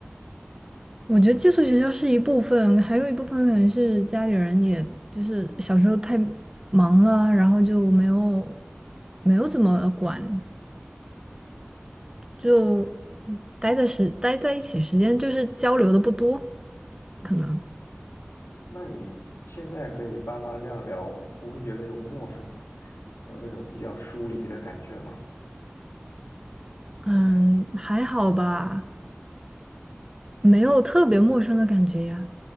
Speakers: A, on the right; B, on the left.
A: 我觉得寄宿学校是一部分，还有一部分可能是家里人也，就是小时候太忙了，然后就没有没有怎么管，就待在时待在一起时间就是交流的不多，可能
B: 那你现在和你爸妈这样聊，不会觉得有陌生，有那种比较疏离的感觉吗？
A: 嗯还好吧，没有特别陌生的感觉呀。